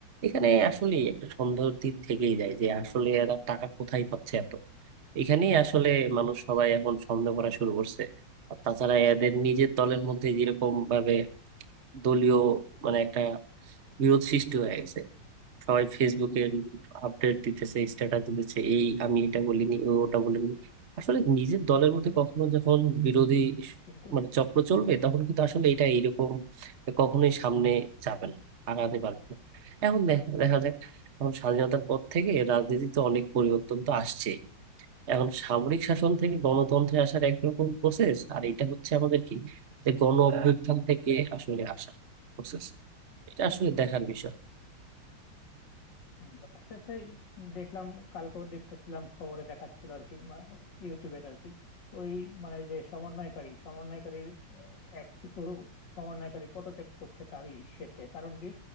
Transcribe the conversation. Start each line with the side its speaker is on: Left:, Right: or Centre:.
Right: এখানে আসলে একটা সন্দেহের দিক থেকেই যায় যে আসলে এরা টাকা কোথায় পাচ্ছে এখানেই আসলে মানুষ সবাই এখন সন্দেহ করা শুরু করছে আর তাছাড়া এদের নিজের দলের মধ্যে যেরকম ভাবে দলীয় মানে একটা বিরোধ সৃষ্টি হয়ে গেছে সবাই ফেসবুকে আপডেট দিতেছে স্ট্যাটাস দিতেছে এই আমি এটা বলিনি ও ওটা বলিনি আসলে নিজের দলের মধ্যে কখনো যখন বিরোধী
Left: কিন্তু
Right: মানে চক্র চলবে তখন কিন্তু আসলে এটা এরকম কখনোই সামনে যাবে না আগাতে পারবে না এখন দেখা দেখা যাক এখন স্বাধীনতার পর থেকে রাজনীতিতে অনেক পরিবর্তন তো আসছে এখন সামরিক শাসন থেকে গণতন্ত্রে আসার একরকম প্রসেস আর এটা হচ্ছে আমাদের কি যে গণ অভ্যুত্থান থেকে আসলে আসা প্রসেস এটা আসলে দেখার বিষয়
Left: হ্যাঁ, ব্যাপারটা সেই দেখলাম কালকেও দেখতেছিলাম খবরে দেখাচ্ছিল আর কি মা- ইউটিউবের আর কি ওই মানে যে সমন্বয়কারী সমন্বয়কারীর আহ, এক কিছু সমন্বয়কারী পদত্যাগ করছে তার ইস্যেতে কারণ কি